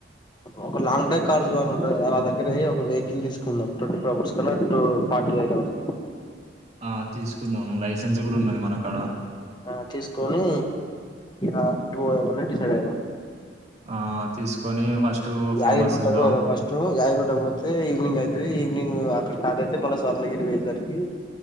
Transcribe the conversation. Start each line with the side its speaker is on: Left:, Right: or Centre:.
Left: ఒక లాంగ్ డ్రైవ్ కార్స్ వాళ్ళ ఉంటు వాళ్ళ దగ్గర ఒక వెహికల్ తీసుకుందాం ట్వంటీ ఫోర్ అవర్స్ కన్నా టూ ఫార్టీ ఎయిట్ అవర్స్.
Right: ఆ తీసుకుందాం లైసెన్స్ కూడా ఉన్నది మన కాడ
Left: ఆ తీసుకొని ఆ ఎటు పోదాం అని డిసైడ్ అయిదాం
Right: ఆ తీసుకొని ఫస్ట్ ఫేమస్
Left: యాదగిరి గుట్టకు
Right: ఇద్దాం
Left: పోదం ఫస్ట్ యాద్గిరిగుట్ట కు పోతే ఈవనింగ్ అయిత్ అ ఈవినింగ్ అక్కడ స్టాట్ అయితే మ‌ళ్ళ స్వర్ణగిరి పొయేసరికి